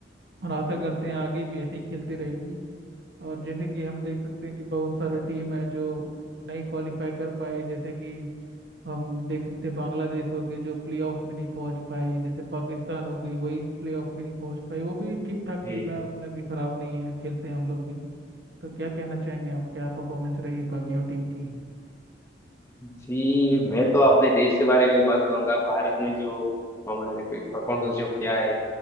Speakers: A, on the right (about 65°); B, on the left (about 15°).
A: और आशा करते हैं आगे भी ऐसे ही खेलती रहेगी और जैसे कि हम देख सकते हैं कि बहुत सारा टीम है जो नहीं क्वालिफाई कर पाए जैसे कि हम देख सकते हैं बांग्लादेश हो गए जो प्लेऑफ में नहीं पहुंच पाए जैसे पाकिस्तान हो गई वही प्लेऑफ में नहीं पहुंच पाई वो भी ठीक ठाक
B: जी
A: टीम है उतना भी खराब नहीं है खेलते हैं उन लोग भी तो क्या कहना चाहेंगे आप क्या परफॉर्मेंस रही बाकी और टीम की
B: जी मैं तो अपने देश के बारे में ही बात करूंगा भारत ने जो हमारे परफॉर्मेंस जो किया है